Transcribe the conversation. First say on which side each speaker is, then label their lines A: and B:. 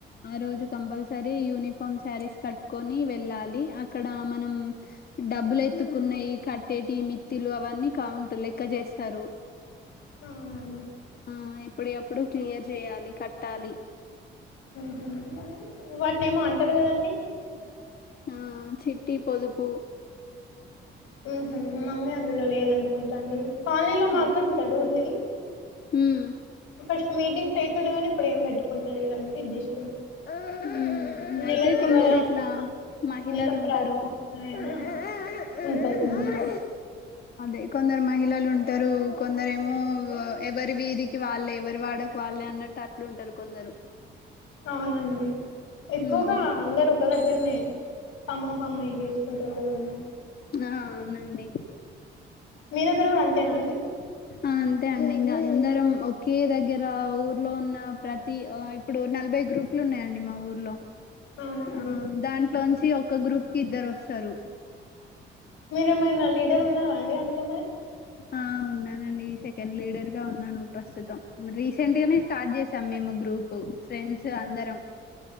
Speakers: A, on the left; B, on the left.
A: ఆ రోజు కంపల్సర్ ఈ యునిఫామ్ సారీస్ కట్టుకొని వెళ్ళాలి, అక్కడ మనం డబ్బులు ఎత్తుకునే ఈ కట్టేటి మిత్తిలు అవన్నీ కౌంట్ లెక్క చేస్తారు.
B: అవునా అండి
A: ఉమ్ ఎప్పుడవి ఎప్పుడు క్లియర్ చేయాలి కట్టాలి.
B: ఉహు వాటిని ఏమో అంటారు కదండి
A: ఆ చిట్టి పొదుపు
B: ఉహు మమ్మీ అందులో లేదనుకుంటాండి. కాలనీ లో
A: ఉమ్
B: మాత్రం జరుగుతయి.
A: ఉమ్,
B: ఫస్ట్ మీటింగ్స్ అయితుండగనీ, ఇప్పుడు ఏం పెట్టుకుంటలేరందుకే ఇది జస్ట్
A: ఊహు
B: నెల
A: అయితే
B: చివర
A: కొందరు
B: అన్నా,
A: ఇట్ల మహిళలు
B: నెల
A: ఉంటరు.
B: ప్రారంభంలో అయినా
A: ఆ
B: ఉంటయండి.
A: <inaudible> అదే కొందరు మహిళలు ఉంటరు, కొందరు ఏమో ఎవరి వీధికి వెళ్ళే, ఎవరు వాడకి వాళ్ళే లె అన్నట్టు అట్లుంటరు కొందరు.
B: అవునండి, ఎక్కువగా
A: ఉమ్,
B: అందరు ఒక దగ్గరనే. సమూహం అయి జేసుకుంటరు వాళ్లని.
A: ఆ అవునండి.
B: మీ దగ్గర కూడా అంతేనా అండి?
A: <unintelligible> ఆ అంతే అండి ఇంగ అందరం ఒకే దగ్గర ఊర్లో ఉన్న ప్రతి, ఆ ఇప్పుడు నలభై బై గ్రూపులు ఉన్నయండి మా ఊర్లో.
B: అవునండి.
A: ఆ దాంట్లోంచి ఒక గ్రూప్ కి ఇద్దరు వస్తరు.
B: మీరేమైనా లీడర్ ఉన్నారా అండి అందులో మరి?
A: ఆ ఉన్నానండి సెకండ్ లీడర్ గా ఉన్నాను ప్రస్తుతం. రీసెంట్ గనే స్టార్ట్ చేసాం మేము గ్రూపు, ఫ్రెండ్స్ అందరం